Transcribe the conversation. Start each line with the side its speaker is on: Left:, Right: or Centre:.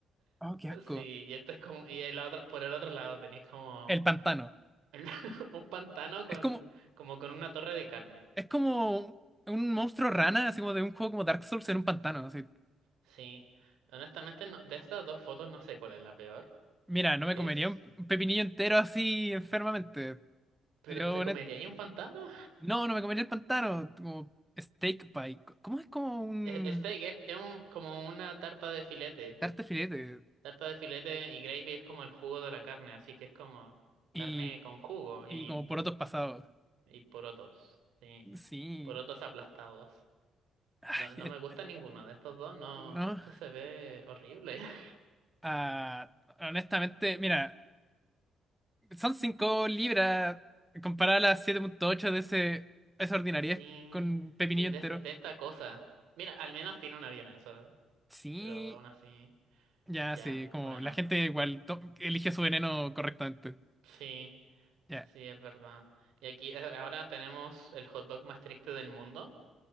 Centre: Oh, qué asco.
Right: Sí, y esto es como. Y el otro, por el otro lado tenéis como
Centre: El pantano.
Right: el- <laughs> un pantano con,
Centre: Es como,
Right: como con una torre de carne.
Centre: es como un monstruo rana, así como de un juego como Dark Souls en un pantano. así.
Right: Sí. Honestamente, no- de estas dos fotos no sé cuál es la peor.
Centre: Mira, no me
Right: Es.
Centre: comería un pepinillo entero así enfermamente.
Right: Pero,
Centre: Yo,
Right: ¿te comerías
Centre: honet-
Right: un pantano?
Centre: no, no me comería el pantano. Como steak pie. ¿Cómo es como un
Right: E- Steak es, es un- como una tarta de filete.
Centre: tarte filete?
Right: Tarta de filete y gravy es como el jugo de la carne, así que es como carne
Centre: Y
Right: con jugo y,
Centre: Y como por otros pasados.
Right: y porotos, sí,
Centre: Sí.
Right: porotos aplastados.
Centre: Ay,
Right: No, no
Centre: es-
Right: me gusta ninguno de estos dos, no,
Centre: no.
Right: esto se ve horrible. <laughs>
Centre: Ah, honestamente, mira, son 5 libras comparada a las 7.8 de ese, esa ordinariedad
Right: Sí,
Centre: con pepinillo
Right: sí, de,
Centre: entero.
Right: est- de esta cosa. Mira, al menos tiene una vienesa,
Centre: Sí,
Right: pero aún así,
Centre: ya,
Right: ya,
Centre: sí, como
Right: bueno,
Centre: la gente igual to- elige su veneno correctamente.
Right: sí,
Centre: Ya.
Right: sí, es verdad. Y aquí eh, ahora tenemos el hot dog más triste del mundo.